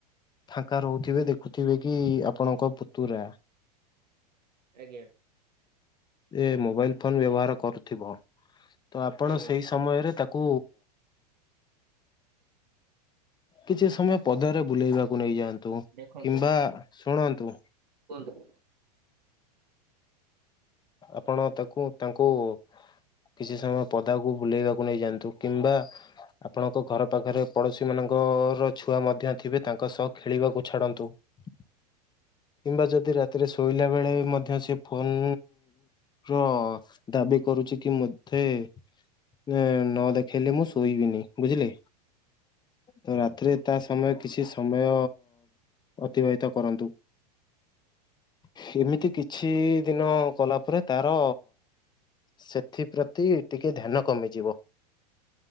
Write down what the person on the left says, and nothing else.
ଫାଙ୍କା ରହୁଥିବେ ଦେଖୁଥିବେ କି ଆପଣଙ୍କ ପୁତୁରା
ଏ ମୋବାଇଲ ଫୋନ ବ୍ୟବହାର କରୁଥିବ ତ ଆପଣ
ସେ ସମୟରେ ତାକୁ କିଛି ସମୟ ପଦାରେ ବୁଲେଇବାକୁ ନେଇଯାଆନ୍ତୁ
କିମ୍ବା ଶୁଣନ୍ତୁ
ଆପଣ ତାକୁ ତାଙ୍କୁ କିଛି ସମୟ ପଦାକୁ ବୁଲେଇବାକୁ ନେଇଯାଆନ୍ତୁ କିମ୍ବା ଆପଣଙ୍କ ଘର ପାଖରେ ପଡୋଶୀ ମାନଙ୍କର ଛୁଆ ମଧ୍ୟ ଥିବେ ତାଙ୍କ ସହ ଖେଳିବାକୁ ଛାଡନ୍ତୁ। କିମ୍ବା ଯଦି ରାତିରେ ଶୋଇଲା ବେଳେ ମଧ୍ୟ ସେ ଫୋନ୍ ର ଦାବି କରୁଛି କି ମତେ ନ ଦେଖେଇଲେ ମୁଁ ଶୋଇବିନି ବୁଝିଲେ, ତ ରାତିରେ ତା ତମେ କିଛି ସମୟ ଅତିବାହିତ କରନ୍ତୁ। ସେମିତି କିଛି ଦିନ କଲା ପରେ ତାର ସେଥିପ୍ରତି ଟିକେ ଧ୍ୟାନ କମିଯିବ,